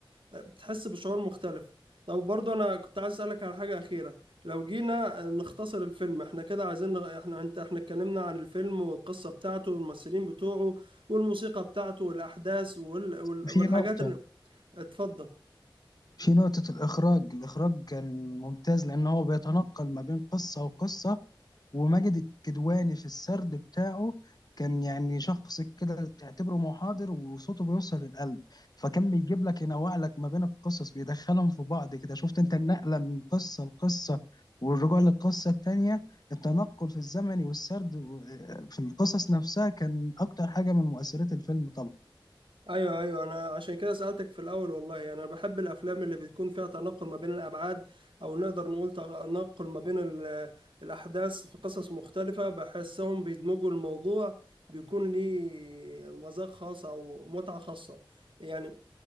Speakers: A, on the right (about 80°); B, on the left (about 50°).
A: بتحس بشعور مختلف طب برضه انا كنت عايز اسالك على حاجه اخيره لو جينا نختصر الفيلم احنا كده عايزين نغ... احنا انت احنا اتكلمنا عن الفيلم والقصه بتاعته والممثلين بتوعه والموسيقى بتاعته والاحداث وال... وال...
B: في
A: والحاجات
B: نقطة
A: اللي اتفضل
B: في نقطة الإخراج الإخراج كان ممتاز لأن هو بيتنقل ما بين قصة وقصة وماجد الكدواني في السرد بتاعه كان يعني شخص كده تعتبره محاضر وصوته بيوصل للقلب فكان بيجيب لك ينوع لك ما بين القصص بيدخلهم في بعض كده شفت أنت النقلة من قصة لقصة والرجوع للقصة التانية التنقل في الزمن والسرد و- في القصص نفسها كان أكتر حاجة من مؤثرات الفيلم
A: ايوه ايوه انا عشان كده سألتك في الاول والله انا بحب الافلام اللي بتكون فيها تناقل ما بين الابعاد او نقدر نقول تناقل ما بين ال- الاحداث في قصص مختلفة بحسهم بيدمجوا الموضوع بيكون ليه مذاق خاص او متعة خاصة يعني